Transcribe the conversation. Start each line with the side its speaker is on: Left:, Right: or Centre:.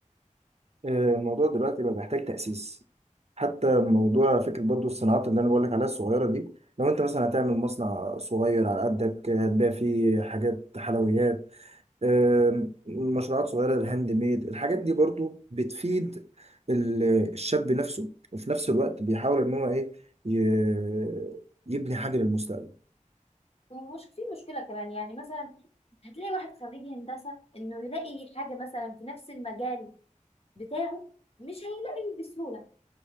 Right: آه، الموضوع دلوقتي بقى محتاج تأسيس حتى موضوع فكرة برضو الصناعات اللي أنا بقولك عليها الصغيرة دي لو أنت مثلا هتعمل مصنع صغير على قدك آه، هتبيع فيه حاجات حلويات آم، مشروعات صغيرة الهاند ميد الحاجات دي برضو بتفيد ال- الشاب نفسه وفي نفس الوقت بيحاول ان هو ايه ي- يبني حاجة للمستقبل
Left: ومش في مشكلة كمان يعني مثلا هتلاقي واحد خريج هندسة إنه يلاقي حاجة مثلا في نفس المجال بتاعه مش هيلاقي بسهولة